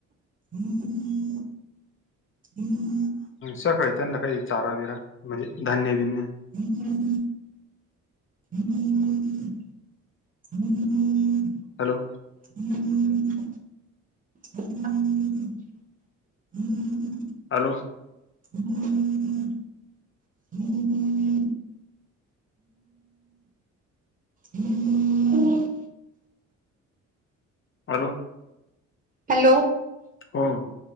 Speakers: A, on the right; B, on the left.
A: हम् हम्
B: सकाळळी त्यांना काही चारा बिरा म्हणजे धान्य बि्य
A: हम्मम हम्म हम्म
B: हॅलो
A: हम्म हम्म हम्म
B: हॅलो
A: हम्मम्म् हम्म हम हम्म
B: हॅलो
A: हॅलो
B: हम